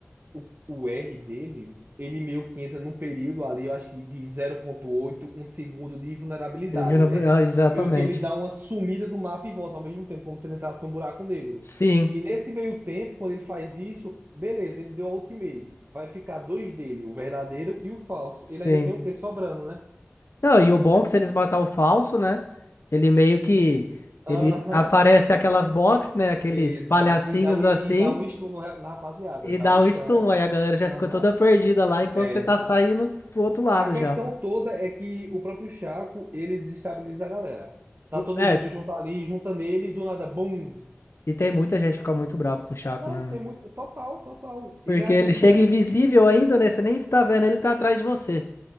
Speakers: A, on the right; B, on the left.
A: o, o R dele, ele meio que entra num período ali, eu acho que de zero ponto oito um segundo de vulnerabilidade,
B: Ele vira.
A: né?
B: ah, exatamente.
A: Meio que ele dá uma sumida do mapa e volta ao mesmo tempo, como se ele entrasse num buraco negro.
B: Sim,
A: E nesse meio tempo, quando ele faz isso, beleza, ele deu a ultimate. Vai ficar dois dele, o verdadeiro e o falso.
B: sim.
A: Ele ainda tem o quê sobrando, né?
B: Não, e o bom é que se eles matar o falso, né? Ele meio que.
A: Aham.
B: Ele aparece aquelas
A: O-
B: box, né? Aqueles
A: Exato.
B: palhacinhos
A: E dá, o- e
B: assim.
A: dá um stun no ra- na rapaziada.
B: E
A: Dá
B: dá
A: um
B: o
A: stun,
B: stun.
A: né?
B: Aí a galera já
A: Aham.
B: fica toda perdida lá enquanto
A: É,
B: você tá
A: a,
B: saindo pro outro lado
A: a questão
B: já.
A: toda é que o próprio Chaco, ele desestabiliza a galera. Tá todo
B: É,
A: mundo junto ali, junta nele, e do nada, bum!
B: e tem muita gente que fica muito bravo com o Chaco,
A: Não,
B: né?
A: tem muito. Total, total.
B: Porque
A: Ele é aquele
B: ele chega
A: boneco
B: invisível
A: que
B: ainda, né? Você nem tá vendo, ele tá atrás de você.